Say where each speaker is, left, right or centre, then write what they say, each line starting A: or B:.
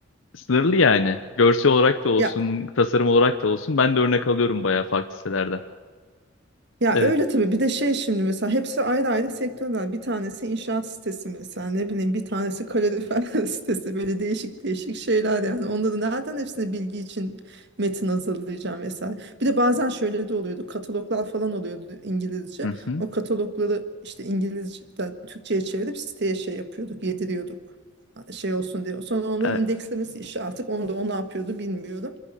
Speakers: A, on the left; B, on the right.
A: sınırlı yani. Görsel olarak da olsun,
B: ya
A: tasarım olarak da olsun. Ben de örnek alıyorum bayağı farklı sitelerden.
B: Ya
A: Evet.
B: öyle tabii bir de şey şimdi mesela hepsi ayrı ayrı sektörler. Bir tanesi inşaat sitesi mesela ne bileyim bir tanesi kalorifer <laughs> sitesi böyle değişik değişik şeyler yani. Onları nereden hepsine bilgi için metin hazırlayacağım vesaire. Bir de bazen şöyle de oluyordu kataloglar falan oluyordu İngilizce.
A: Hı hı.
B: O katalogları işte İngilizce'den Türkçe'ye çevirip siteye şey yapıyorduk yediriyorduk şey olsun diye. Sonra onların
A: E,
B: indeklemesi işi artık onu da o ne yapıyordu bilmiyorum.